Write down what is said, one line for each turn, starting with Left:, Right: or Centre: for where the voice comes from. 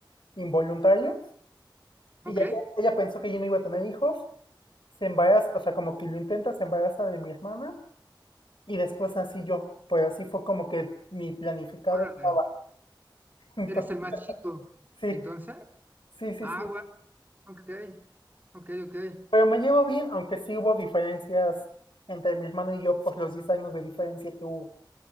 Left: involuntarios y
Right: ok.
Left: ya- ya- ella pensó que yo no iba a tener hijos, se embaraza, o sea, como que lo intenta, se embaraza de mi hermana y después nací yo. pues así fue como que mi planificado
Right: Órale,
Left: estaba. <laughs> Entonces,
Right: eres el más chico.
Left: sí,
Right: Entonces,
Left: sí, sí,
Right: ah,
Left: sí.
Right: wow, ok, ok, ok.
Left: Pero me llevo bien, aunque sí hubo diferencias entre mi hermano y yo por los 10 años de diferencia que hubo.